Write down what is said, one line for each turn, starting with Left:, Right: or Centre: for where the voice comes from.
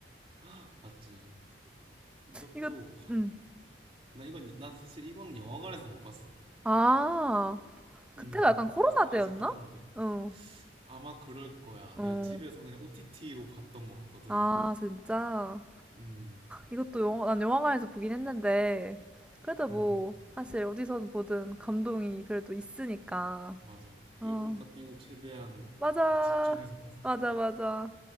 Right: <gasps> 헉, 맞지. 이것도,
Centre: 이거, 음.
Right: 나 이건, 난 사실 이거는 영화관에서 못 봤어.
Centre: 아, 그때가
Right: 음,
Centre: 약간 코로나
Right: 그래서 좀
Centre: 때였나?
Right: 아쉽긴 한데.
Centre: 어,
Right: 아마 그럴 거야.
Centre: 어.
Right: 내가 집에서 그냥 OTT로 봤던 것 같거든.
Centre: 아, 진짜.
Right: 음,
Centre: 이것도 영화, 난 영화관에서 보긴 했는데, 그래도
Right: 음,
Centre: 뭐, 사실 어디선 보든 감동이 그래도 있으니까.
Right: 맞아.
Centre: 어,
Right: 이어폰 딱 끼고 최대한
Centre: 맞아.
Right: 집중해서 봤어.
Centre: 맞아, 맞아.